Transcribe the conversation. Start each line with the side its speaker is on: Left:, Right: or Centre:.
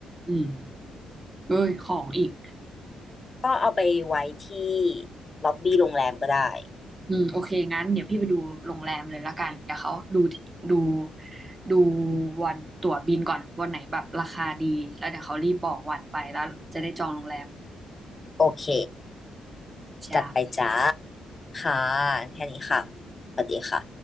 Right: อืมเอ้ยของอีก
Left: ก็เอาไปไว้ที่ล็อบบี้โรงแรมก็ได้
Right: อืมโอเคงั้นเดี๋ยวพี่ไปดูโรงแรมเลยละกันเดี๋ยวเขาดูดูดูวันตั๋วบินก่อนวันไหนแบบราคาดีแล้วเดี๋ยวเขารีบบอกวันไปแล้วจะได้จองโรงแรม
Left: โอเค
Right: จ้า
Left: จัดไปจ้าค่ะแค่นี้ค่ะสวัสดีค่ะ